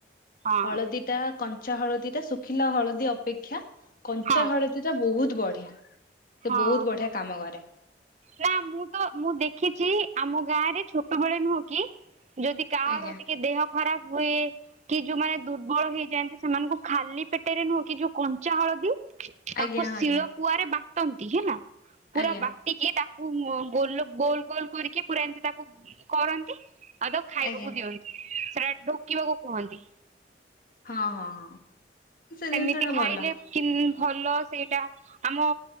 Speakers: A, on the right; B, on the left.
A: ହଁ।
B: ହଳଦୀ ଟା କଞ୍ଚା ହଳଦୀଟା ଶୁଖିଲା ହଳଦୀ ଅପେକ୍ଷା କଞ୍ଚା
A: ହଁ
B: ହଳଦୀଟା ବୋହୁତ ବଢିଆ ସେ
A: ହଁ
B: ବୋହୁତ ବଢିଆ କାମ କରେ।
A: ନା ମୁଁ ତ ମୁଁ ଦେଖିଚି ଆମ ଗାଁରେ ଛୋଟବେଳେ ନୁହଁ କି ଯଦି କାର
B: ଆଜ୍ଞା
A: ଟିକେ ଦେହ ଖରାପ ହୁଏ କି ଯୋଉମାନେ ଦୁର୍ବଳ ହେଇଯାଆନ୍ତି ସେମାନଙ୍କୁ ଖାଲି ପେଟରେ ନୁହଁ କି ଯୋଉ କଞ୍ଚା ହଳଦୀ ତାକୁ
B: ଆଜ୍ଞା
A: ଶିଳ
B: ଆଜ୍ଞା
A: ପୁଆରେ ବାଟନ୍ତି ହେଲା ପୁରା
B: ଆଜ୍ଞା
A: ବା ଟିକି ତାକୁ ମ୍ ଗୋଲ ଗୋଲ ଗୋଲ କରିକି ପୁରା ଏମତି ତାକୁ କରନ୍ତି ଆଉ ତାକୁ ଖାଇବାକୁ
B: ଆଜ୍ଞା
A: ଦିଅନ୍ତି ସେଟା ଢୋକିବାକୁ କୁହନ୍ତି।
B: ହଁ ହଁ ହଁ। ସେ
A: ସେମିତି
B: ଜିନିଷ ଟା
A: ଖାଇଲେ
B: ଭଲ
A: କିନ୍ ଭଲ ସେଇଟା। ଆମ